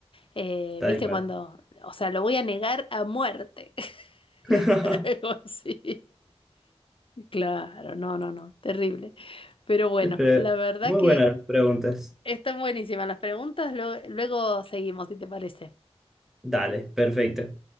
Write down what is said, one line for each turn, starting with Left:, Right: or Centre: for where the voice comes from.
Left: Eh,
Centre: Tal
Left: ¿viste
Centre: cual.
Left: cuando, o sea, lo voy a negar a muerte? <laughs>
Centre: <laughs>
Left: Algo así. Claro, no, no, no, terrible. Pero bueno,
Centre: Pero
Left: la verdad
Centre: muy
Left: que,
Centre: buenas las preguntas.
Left: Están buenísimas las preguntas, lo- luego seguimos, si te parece.
Centre: Dale, perfecto.